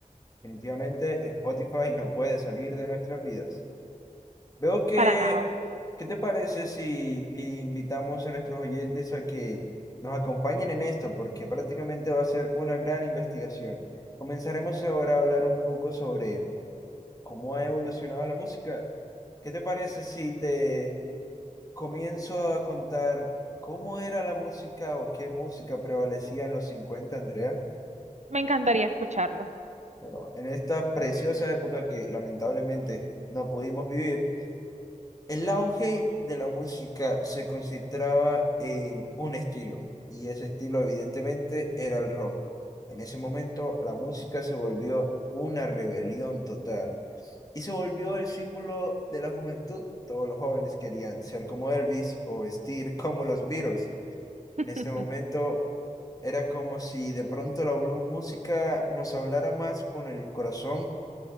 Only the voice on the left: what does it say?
Definitivamente Spotify no puede salir de nuestras vidas. Veo que,
¿qué te parece si invitamos a nuestros oyentes a que nos acompañen en esto? Porque prácticamente va a ser una gran investigación. Comenzaremos ahora a hablar un poco sobre cómo ha evolucionado la música. ¿Qué te parece si te comienzo a contar cómo era la música o qué música prevalecía en los 50, Andrea?
Bueno, en esta preciosa época que lamentablemente no pudimos vivir, el auge de la música se concentraba en un estilo, y ese estilo evidentemente era el rock. En ese momento la música se volvió una rebelión total y se volvió el símbolo de la juventud. Todos los jóvenes querían ser como Elvis o vestir como los Beatles. En este
momento era como si de pronto la blu- música nos hablara más con el corazón